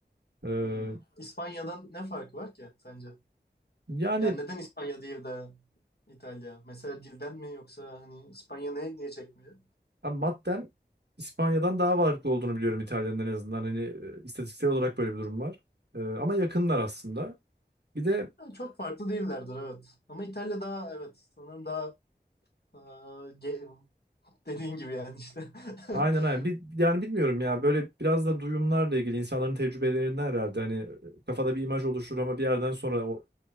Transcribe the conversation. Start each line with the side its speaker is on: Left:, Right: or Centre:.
Right: Ee,
Left: Hmm. İspanya'dan ne farkı var ki sence?
Right: yani
Left: Yani neden İspanya değil de İtalya? Mesela dilden mi yoksa hani İspanya ne, niye çekmiyor?
Right: Abi maddem İspanya'dan daha varlıklı olduğunu biliyorum İtalya'nın en azından. Hani e, istatistiksel olarak böyle bir durum var. E, ama yakınlar aslında. Bir de
Left: Yani çok farklı değillerdir evet. Ama İtalya daha evet sanırım daha e, ge- dediğin gibi yani işte.
Right: aynen
Left: <laughs>
Right: aynen. Bir, yani bilmiyorum ya böyle biraz da duyumlarla ilgili insanların tecrübelerinden herhalde. Hani e, kafada bir imaj oluşur ama bir yerden sonra o